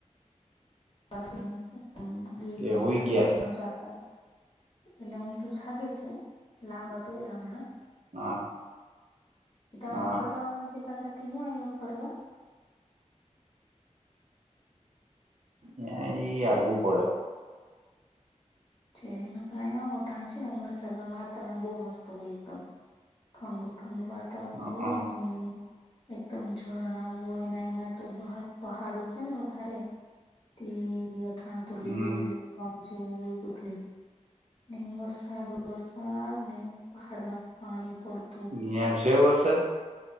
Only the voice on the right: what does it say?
કે હુઈ ગયા
હા
હા
એ એઈ આગુ પડે.
હ
હમ
ન્યા છે વરસાદ?